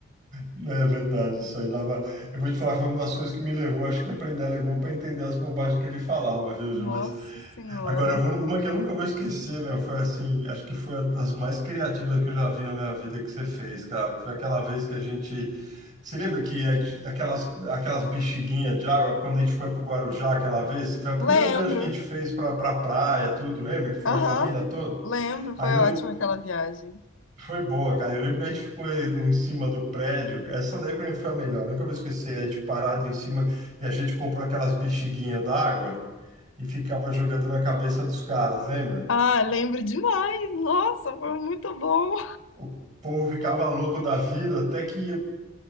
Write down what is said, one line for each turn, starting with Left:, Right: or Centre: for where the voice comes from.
Right: Não, É verdade, isso aí dava. Eu vou te falar, foi uma das coisas que me levou, acho que, a aprender alemão para entender as bobagens que ele falava, viu, Ju?
Left: Nossa
Right: Mas
Left: Senhora.
Right: Agora, eu vou numa que eu nunca vou esquecer, meu. Foi assim, acho que foi uma das mais criativas que eu já vi na minha vida que você fez, cara. que Foi aquela vez que a gente. Você lembra que a gente- aquelas, aquelas bexiguinhas de água, quando a gente foi pro Guarujá aquela vez? Foi a primeira
Left: Lembro.
Right: viagem que a gente fez pra, pra praia, tudo, lembra? Que foi
Left: Aham,
Right: a família toda.
Left: lembro,
Right: Aí
Left: foi
Right: eu
Left: ótima
Right: lembro.
Left: aquela viagem.
Right: Foi boa, cara. Eu lembro que a gente ficou aí no- em cima do prédio. Essa daí pra mim foi a melhor. Nunca vou esquecer. A gente parado em cima e a gente comprou aquelas bexiguinhas d'água e ficava jogando na cabeça dos caras, lembra?
Left: Ah, lembro demais. Nossa, foi muito bom.
Right: O povo ficava louco da vida, até que